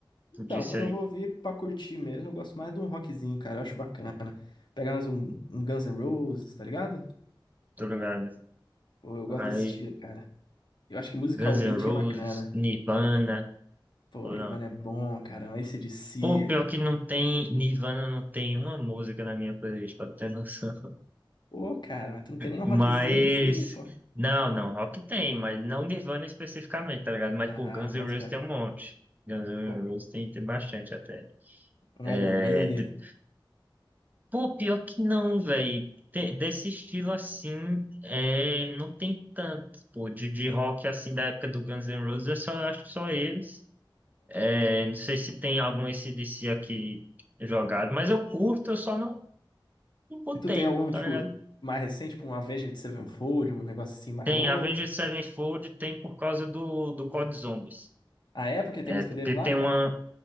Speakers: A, on the left; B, on the right.
A: Então,
B: tu disse
A: quando
B: aí.
A: eu vou ouvir pra curtir mesmo, eu gosto mais de um rockzinho, cara. Eu acho bacana. Pegar mais um, um Guns N' Roses, tá ligado?
B: Tô ligado.
A: Pô, eu gosto
B: Aí,
A: desse estilo, cara. Eu acho que musicalmente
B: Guns N' Roses,
A: é bacana.
B: Nirvana.
A: Pô,
B: ou
A: Ivan
B: não?
A: é bom, cara. AC/DC.
B: Pô, pior que não tem, Nirvana não tem uma música na minha playlist, pra ter noção.
A: Pô, cara, mas tu não tem nenhum
B: Mas,
A: rockzinho assim, pô?
B: não, não, rock tem, mas não Nirvana especificamente, tá ligado? Mas,
A: Ah,
B: pô, Guns N'
A: bota
B: Roses
A: fé.
B: tem um monte. Guns N'
A: Pô,
B: Roses tem, tem bastante até.
A: um
B: É,
A: Iron Maiden.
B: de- pô, pior que não, velho. Desse estilo assim, é, não tem tanto, pô, de, de rock assim da época do Guns N' Roses, eu só acho que só eles. É, não sei se tem algum AC/DC aqui jogado, mas eu curto, eu só não e botei,
A: E tu tem algum,
B: tá
A: tipo,
B: ligado?
A: mais recente, tipo, um Avenged Sevenfold, um negócio assim mais
B: Tem
A: novo?
B: Avengers Sevenfold, tem por causa do, do Code Zombies.
A: A época tem
B: É,
A: música
B: porque
A: deles lá,
B: tem
A: cara?
B: uma.